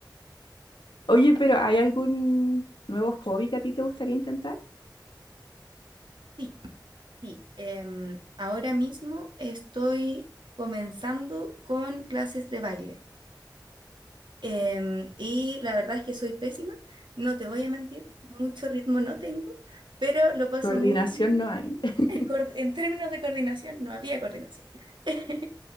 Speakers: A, on the left (about 75°); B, on the right (about 80°).
A: Oye, pero ¿hay algún nuevo hobby que a ti te gustaría intentar?
B: Sí, sí. em, ahora mismo estoy comenzando con clases de baile. Em, y la verdad es que soy pésima, no te voy a mentir, mucho ritmo no tengo, pero lo paso
A: Coordinación
B: muy bien.
A: no hay. <laughs>
B: <laughs> Cor- En términos de coordinación, no había coordinación. <laughs>